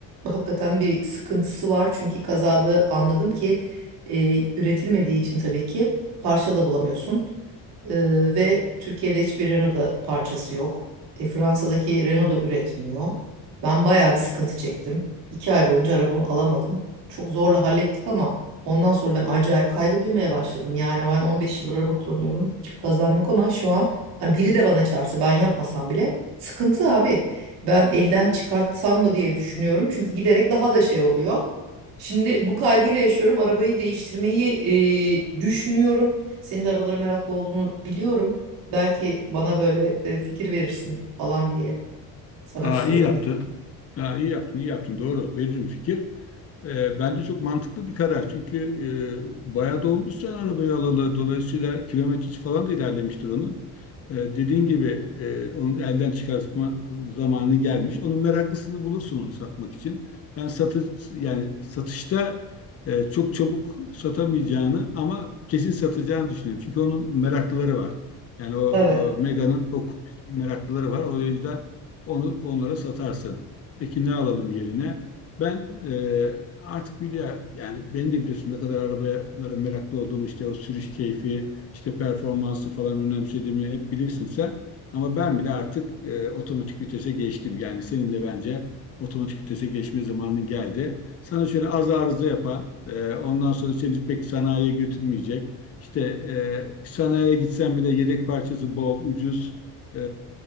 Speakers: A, on the right; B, on the left.
A: hakikaten bir sıkıntısı var. Çünkü kazada anladım ki e, üretilmediği için tabii ki parça da bulamıyorsun. Ee, ve Türkiye'de hiçbir Renault'da parçası yok. E, Fransa'daki Renault da üretmiyor. Ben bayağı bir sıkıntı çektim. İki ay boyunca arabamı alamadım. Çok zorla hallettik ama ondan sonra ben acayip kaygı duymaya başladım. Yani ben 15 yıldır araba kullanıyorum. Hiçbir kazam yok ama şu an hani biri de bana çarpsa ben yapmasam bile sıkıntı abi. Ben elden çıkartsam mı diye düşünüyorum. Çünkü giderek daha da şey oluyor. Şimdi bu kaygıyla yaşıyorum. Arabayı değiştirmeyi e, düşünüyorum. Senin de arabalara meraklı olduğunu biliyorum. Belki bana böyle e, fikir verirsin falan diye sana
B: Aa,
A: bir sorayım.
B: iyi yaptın. Aa, iyi yaptın, iyi yaptın. Doğru. Veririm fikir. Ee, bence çok mantıklı bir karar. Çünkü e, bayağı da olmuş sen arabayı alalı. Dolayısıyla kilometresi falan da ilerlemiştir onun. E, dediğin gibi e, onu elden çıkartma zamanı gelmiş. Onun meraklısını bulursun onu satmak için. Ben satış yani satışta e, çok çabuk satamayacağını ama kesin satacağını düşünüyorum. Çünkü onun meraklıları var. Yani o
A: Evet,
B: e, Mega'nın o meraklıları var. O yüzden onu onlara satarsın. Peki ne alalım yerine? Ben e, artık biliyor yani beni de biliyorsun ne kadar arabalara meraklı olduğumu işte o sürüş keyfi, işte performansı falan önemsediğimi hep bilirsin sen. Ama ben bile artık e, otomatik vitese geçtim. Yani senin de bence otomatik vitese geçme zamanın geldi. Sana şöyle az arıza yapan, e, ondan sonra seni pek sanayiye götürmeyecek. İşte e, sanayiye gitsen bile yedek parçası bol, ucuz. E,